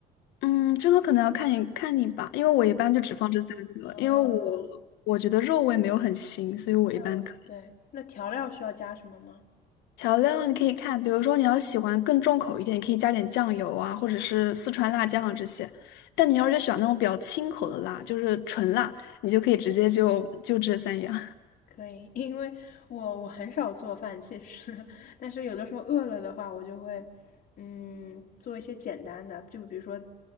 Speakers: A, on the left; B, on the left.
A: 嗯，这个可能要看你看你吧，因为我一般就只放这三个，
B: 啊，
A: 因为我我觉得肉味没有很腥，所以我一般可以。
B: 那对，那调料需要加什么吗？
A: 调料你可以看，比如说你要喜欢更重口一点，你可以加点酱油啊，或者是四川辣酱啊这些。但你要是喜欢那种比较清口的辣，就是纯辣，你就可以直接就就这三样
B: 可以，<laughs> 因为我我很少做饭，其实，<laughs> 但是有的时候饿了的话，我就会，嗯，做一些简单的，就比如说